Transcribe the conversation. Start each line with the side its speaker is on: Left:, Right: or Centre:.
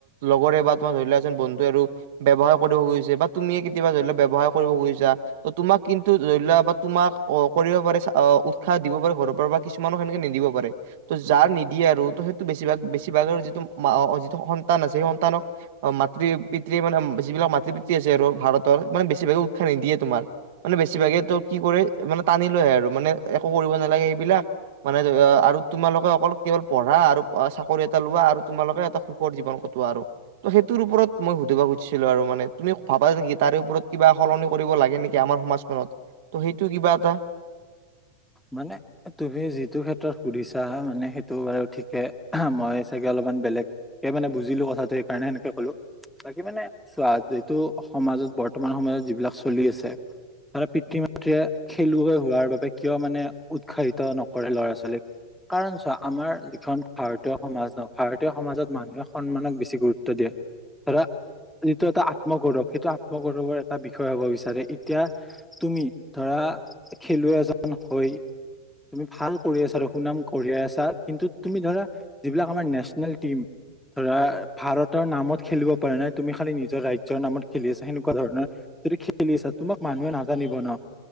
Right: লগৰে বা তোমাৰ ধৰি লোৱা এজন বন্ধুৱে আৰু ব্যৱসায় কৰিব খুজিছে বা তুমিয়ে কেতিয়াবা ধৰি লও ব্যৱসায় কৰিব খুজিছা ত তোমাক কিন্তু ধৰি লোৱা বা তোমাক অ কৰিব পাৰে অ উৎসাহ দিব পাৰে ঘৰৰ পৰা বা কিছু কিছুমানক সেনেকে নিদিব পাৰে ত' যাৰ নিদিয়ে আৰু ত সেইটো বেছিভাগ বেছিভাগ আৰু যিটো যিটো সন্তান আছে সেই সন্তানক অ মাতৃ পিতৃয়ে মানে যিবিলাক মাতৃ পিতৃ আছে আৰু ভাৰতৰ মানে বেছিভাগে উৎসাহ নিদিয়ে তোমাৰ মানে বেছিভাগে এইটো কি কৰে মানে টানি লৈ আহে আৰু মানে একো কৰিব নালাগে সেইবিলাক মানে ধৰি লোৱা আৰু তোমালোকে অকল কেৱল পঢ়া আৰু চাকৰি এটা লোৱা আৰু তোমালোকে এটা সুখৰ জীৱন কটোৱা আৰু ত সেইটোৰ ওপৰত মই সুধিব খুজিছিলো আৰু মানে তুমি ভাবা নেকি তাৰে ওপৰত কিবা সলনি কৰিব লাগে নেকি আমাৰ সমাজখনত ত' সেইটো কিবা এটা
Centre: মানে তুমি যিটো ক্ষেত্ৰত সুধিছা মানে সেইটো বাৰু ঠিকে মই চাগে অলপমান বেলেগ। একে মানে বুজিলো কথাটো সেই কাৰণে এনেকে ক'লো। বাকী মানে চোৱা যিটো সমাজত বৰ্তমান সময়ত যিবিলাক চলি আছে। পিতৃ মাতৃয়ে খেলুৱৈ হোৱাৰ বাবে, কিয় মানে উৎসাহিত নকৰে ল'ৰা ছোৱালীক। কাৰণ চোৱা আমাৰ যিখন ভাৰতীয় সমাজত ভাৰতীয় সমাজত মানুহে সন্মানক বেছি গুৰুত্ব দিয়ে। ধৰা যিটো এটা আত্মগৌৰৱ সেইটো আত্মগৌৰৱৰ এটা বিষয় হব বিচাৰে এতিয়া। তুমি ধৰা খেলুৱৈ এজন হৈ। তুমি ভাল কৰি আছা আৰু সুনাম কঢ়িয়াই আছা কিন্তু তুমি ধৰা, যিবিলাক আমাৰ নেশ্যনেল টিম। ধৰা ভাৰতৰ নামত খেলিব পাৰ নাই তুমি খালি নিজৰ ৰাজ্যৰ নামত খেলি আছা সেনেকুৱা ধৰণৰ, যদি খেলি আছা তোমাক মানুহে নাজানিব ন